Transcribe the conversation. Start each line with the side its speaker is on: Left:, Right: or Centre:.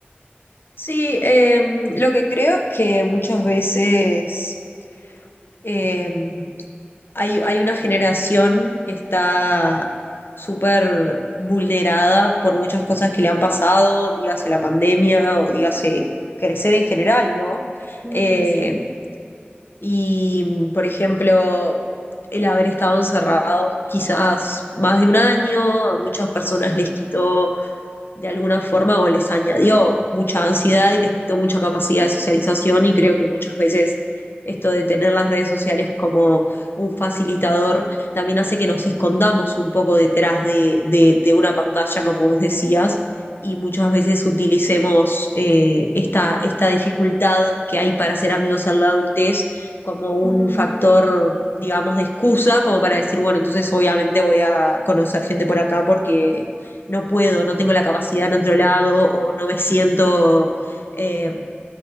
Left: Sí, eh, lo que creo es que muchas veces eh, hay, hay una generación que está súper vulnerada por muchas cosas que le han pasado, dígase la pandemia o dígase crecer en general, ¿no? Eh,
Right: Ok, sí.
Left: Y, por ejemplo, el haber estado encerrados quizás más de un año, a muchas personas les quitó de alguna forma o les añadió mucha ansiedad y les quitó mucha capacidad de socialización y creo que muchas veces esto de tener las redes sociales como un facilitador también hace que nos escondamos un poco detrás de, de- de una pantalla, como vos decías, y muchas veces utilicemos eh, esta, esta dificultad que hay para ser amigos en la adultez como un
Right: Ujú.
Left: factor, digamos, de excusa, como para decir, bueno, entonces obviamente voy a conocer gente por acá porque no puedo, no tengo la capacidad en otro lado o no me siento eh,